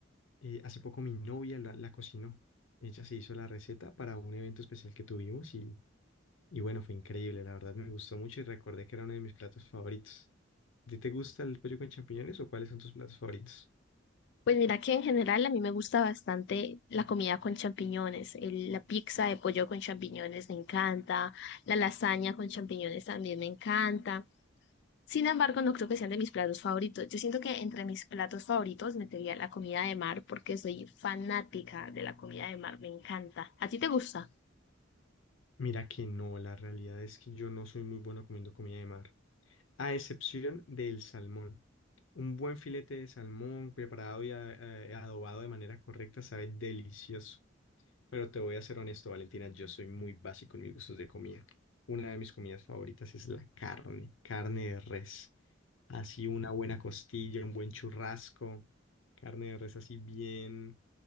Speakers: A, on the left; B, on the left.
A: eh, hace poco mi novia la, la cocinó. Ella se hizo la receta para un evento especial que tuvimos y, y bueno, fue increíble. La verdad me gustó mucho y recordé que era uno de mis platos favoritos. ¿A ti te gusta el pollo con champiñones o cuáles son tus platos favoritos?
B: Pues mira que en general a mí me gusta bastante la comida con champiñones, el- la pizza de pollo con champiñones me encanta, la lasaña con champiñones también me encanta. Sin embargo, no creo que sean de mis platos favoritos. Yo siento que entre mis platos favoritos metería la comida de mar porque soy fanática de la comida de mar, me encanta. ¿A ti te gusta?
A: Mira que no, la realidad es que yo no soy muy bueno comiendo comida de mar, a excepción del salmón. Un buen filete de salmón preparado y a- eh, adobado de manera correcta sabe delicioso. Pero te voy a ser honesto, Valentina, yo soy muy básico en mis gustos de comida. Una de mis comidas favoritas es la carne, carne de res. Así una buena costilla, un buen churrasco, carne de res así bien